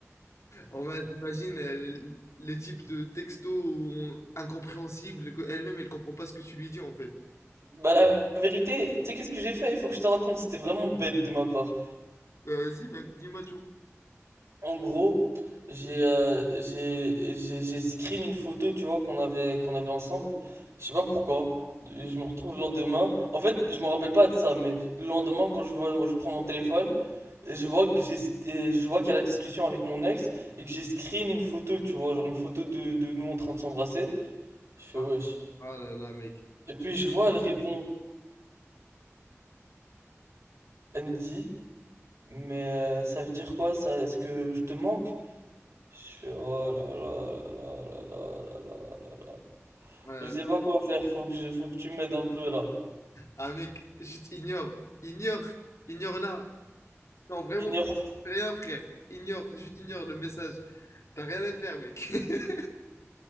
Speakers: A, on the left; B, on the right.
A: On m'a- imagine euh, les types de texto où on- incompréhensibles qu'elle-même elle comprend pas ce que tu lui dis en fait.
B: Bah, la vérité, tu sais, qu'est-ce que j'ai fait? Il faut que je te raconte, c'était vraiment bête de ma part.
A: Euh, vas-y, mec, dis-moi tout.
B: En gros, j'ai euh, j'ai j'ai j'ai screen une photo, tu vois, qu'on avait qu'on avait ensemble. Je sais pas pourquoi. Je me retrouve le lendemain. En fait, je me rappelle pas de ça, mais le lendemain, quand je vois, je prends mon téléphone, et je vois que j'ai, et je vois qu'il y a la discussion avec mon ex et que j'ai screen une photo, tu vois, genre une photo de de nous en train de s'embrasser. Je fais
A: Ah,
B: wesh.
A: ah là là, mec.
B: Et puis je vois, elle répond, elle me dit, mais euh, ça veut dire quoi ça? Est-ce que je te manque? Je fais oh là là là là là là là là là. là.
A: Ah, là
B: Je sais
A: là.
B: pas quoi faire, faut que je, faut que tu m'aides un peu là.
A: Ah, mec, juste ignore, ignore, ignore là. Non, vraiment,
B: Ignore.
A: fais rien, frère. Ignore, juste ignore le message. T'as rien à faire, mec. <laughs>